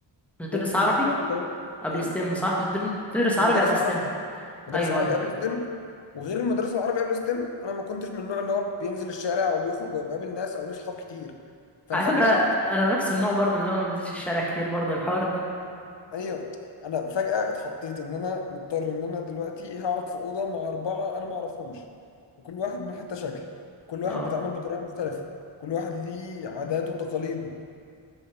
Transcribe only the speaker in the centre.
كنت
بتدرس
عربي
قبل
ستيم صح كنت بتدر- بتدرس
عربي
قبل
ستيم
ايوه
ايوه
على
فكره انا نفس النوع برضه اللي هو ما بنزلش الشارع كتير برضه الحوار دي
اه